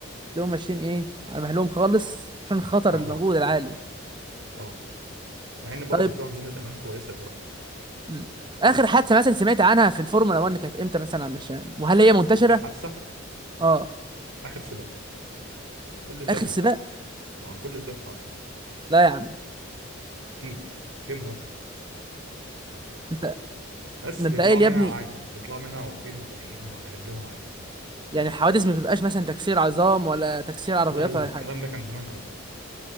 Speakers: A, on the right (about 20°); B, on the right (about 70°).
A: تلاقيهم ماشيين ايه على مهلهم خالص عشان خطر
B: واحدة
A: الموجود
B: واحدة
A: العالي
B: اه مع ان برضه
A: طيب
B: في انظمه امان كويسه دلوقتي
A: مم. اخر حادثه مثلا سمعت عنها في الفورمولا 1 كانت امتى مثلا مش وهل هي منتشره
B: اخر حادثه
A: اه
B: اخر سباق كل سباق
A: اخر
B: في
A: سباق
B: حادثه مع كل سباق في حادثه طبعا
A: لا يا عم
B: اكيد شيء مؤكد
A: انت
B: بس
A: ده انت
B: بيطلعوا
A: قايل
B: منها
A: يا ابني
B: عادي بيطلعوا منها واقفين وفايقين على رجلهم عادي
A: يعني الحوادث ما بيبقاش مثلا تكسير عظام ولا تكسير عربيات
B: لا لا
A: ولا أي
B: الكلام
A: حاجه
B: ده كان زمان قوي